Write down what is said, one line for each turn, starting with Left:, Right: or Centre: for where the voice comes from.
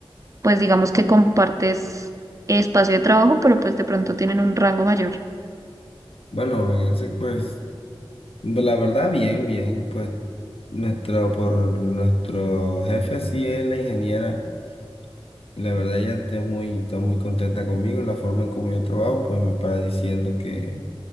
Right: pues digamos que compartes espacio de trabajo, pero pues de pronto tienen un rango mayor.
Left: Bueno, en ese, pues la verdad bien, bien, pues nuestro, por nuestro jefe así es la ingeniera La verdad ella está muy, está muy contenta conmigo, la forma en como yo trabajo, pues me para diciendo que,